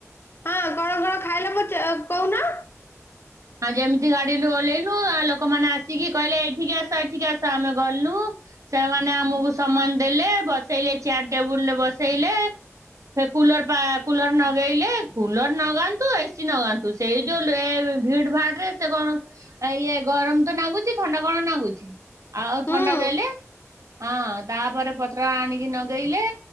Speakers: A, on the left; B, on the right.
A: ହଁ କଣ କଣ ଖାଇଲେ ପଚା କହୁନା।
B: ଆଉ ଯେମିତି ଗାଡିରୁୁ ଓଲେହିଲୁ ଆ ଲୋକମାନେ ଆସିକି କହିଲେ ଏଠିକି ଆସ ଏଠିକି ଆସ ଆମେ ଗଲୁ ସେମାନେ ଆମକୁ ସମାନ ଦେଲେ ବସେଇଲେ ଚେୟାର ଟେବୁଲ ରେ ବସେଇଲେ। ସେ କୁଲର ପା କୁଲର ନଗେଇଲେ କୁଲର ନଗାନ୍ତୁ ଏସିି ନଗାନ୍ତୁ ସେଇ ଯୋଉ ରେ ଭିଡ। ବା ଡ୍ରେସେ କଣ ଇଏ ଗରମ ତ ନାଗୁଛି ଥଣ୍ଡା କଣ ନାଗୁଛି। ଆଉ
A: ହୁଁ
B: ଥଣ୍ଡା ଦେଲେ ହଁ ତାପରେ ପତ୍ର ଆଣିକି ନଗେଇଲେ